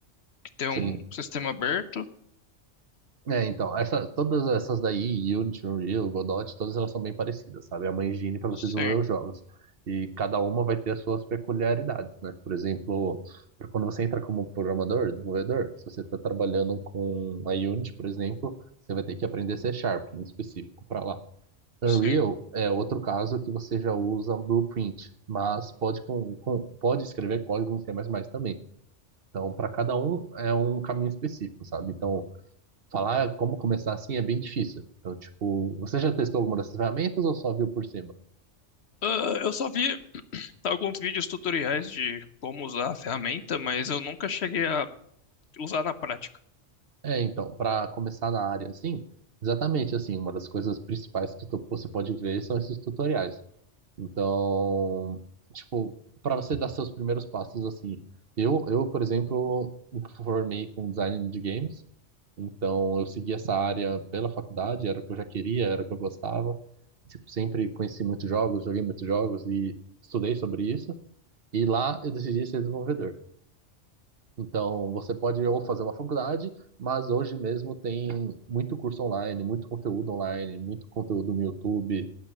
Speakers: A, on the left; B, on the right.
A: que tem um
B: Sim.
A: sistema aberto.
B: É, então, essa, todas essas daí, Unity, Unreal, Godot, todas elas são bem parecidas, sabe? É uma engine para
A: Sim,
B: vocês desenvolver os jogos. E cada uma vai ter as suas peculiaridades, né? Por exemplo, pra quando você entra como programador, desenvolvedor, se você está trabalhando com a Unity, por exemplo, você vai ter que aprender C Sharp, em específico, para lá. Unreal
A: sim.
B: é outro caso que você já usa Blueprint, mas pode, com- com- pode escrever código em C++ também. Então, para cada um é um caminho específico, sabe? Então, falar como começar assim é bem difícil. Então, tipo, você já testou alguma dessas ferramentas ou só viu por cima?
A: Ah, eu só vi alguns vídeos tutoriais de como usar a ferramenta, mas eu nunca cheguei a usar na prática.
B: É, então, para começar na área assim, exatamente assim, uma das coisas principais que tu- você pode ver são esses tutoriais. Então, tipo, para você dar seus primeiros passos assim, eu, eu, por exemplo, me formei com design de games. Então, eu segui essa área pela faculdade, era o que eu já queria, era o que eu gostava. Tipo, sempre conheci muitos jogos, joguei muitos jogos e estudei sobre isso. E lá eu decidi ser desenvolvedor. Então, você pode ou fazer uma faculdade, mas hoje mesmo tem muito curso online, muito conteúdo online, muito conteúdo no YouTube,